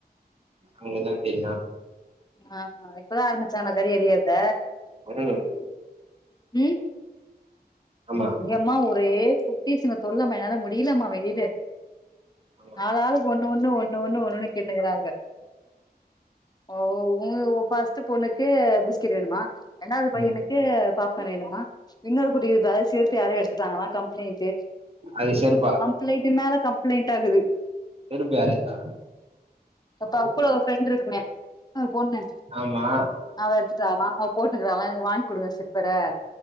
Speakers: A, on the right; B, on the left.
A: அவுங்ளுக்தா தெரியு
B: ஆ இப்பதா ஆரமிச்சாங்ளா கறியெறியர்த
A: தெரிலங்க
B: ம்
A: ஆமா
B: இங்கம்மா ஒரே குட்டீஸிங்க தொல்லமா என்னால முடிலமா வெளில
A: ஆமா
B: ஆளாளுக்கு ஒன்னு ஒன்னு ஒன்னு ஒன்னு ஒன்னொன்னு கேட்னுகுறாங்க ஓ ஒ இங்கயோ ஃபஸ்ட்டு பொண்ணுக்கு பிஸ்கெட் வேணுமா ரெண்டாவ்து பையனுக்கு
A: ம்
B: பாப்கான் வேணுமா இன்னொரு குட்டிக்கு தா செருப்பு யாரோ எடுத்துட்டாங்களா கம்ப்ளேன்ட்டு
A: அது செருப்பா
B: ப்ளைண்ட்டு மேல கம்ப்ளைண்ட்டாகுது
A: செருப்பு யார் எட்த்தா
B: இந்த பக்த்ல ஒரு ஃபிரெண்ட்ருக்குமே அ பொண்ணு
A: ஆமா
B: அவ எடுத்துட்டாலா அவ் போட்ருக்குறாலா எனக்கு வாய்ங் குடு வேற செர்ப் ப